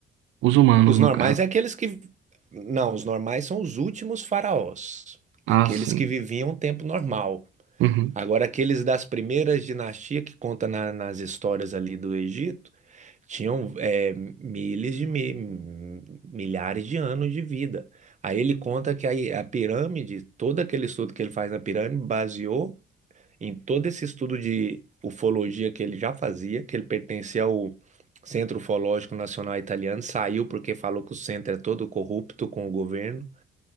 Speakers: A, on the right (about 80°); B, on the right (about 35°).
A: os humanos,
B: Os
A: no
B: normais
A: caso.
B: é aqueles que. Não, os normais são os últimos faraós,
A: Ah,
B: aqueles
A: sim.
B: que viviam um tempo normal.
A: Uhum.
B: Agora, aqueles das primeiras dinastias que conta na- nas histórias ali do Egito, tinham é, milhares de mi- milhares de anos de vida. Aí ele conta que a, a pirâmide, todo aquele estudo que ele faz na pirâmide, baseou Em todo esse estudo de ufologia que ele já fazia, que ele pertencia ao Centro Ufológico Nacional Italiano, saiu porque falou que o centro é todo corrupto com o governo.